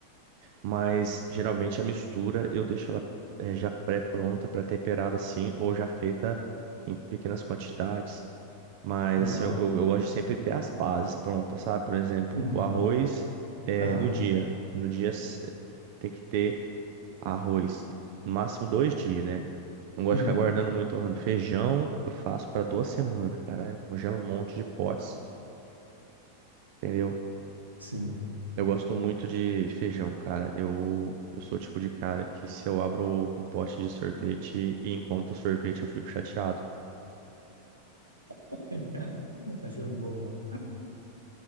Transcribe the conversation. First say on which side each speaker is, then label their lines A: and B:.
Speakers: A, on the right; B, on the right.
A: mas geralmente a mistura eu deixo ela é, já pré-pronta, pré-temperada assim, ou já feita em pequenas quantidades. Mas
B: legal.
A: assim, eu, eu, eu gosto de sempre ter as bases prontas, sabe? Por exemplo,
B: Uhum,
A: o arroz é,
B: aham,
A: no dia. No dia s- tem que ter. Arroz, no máximo dois dias, né? Não gosto
B: uhum,
A: de ficar guardando muito arroz. Feijão, eu faço para duas semanas, cara. Eu congelo um monte de potes, entendeu?
B: sim.
A: Eu gosto muito de feijão, cara. Eu, eu sou o tipo de cara que se eu abro um pote de sorvete e encontro sorvete, eu fico chateado.
B: <laughs> Cara, Essa é boa.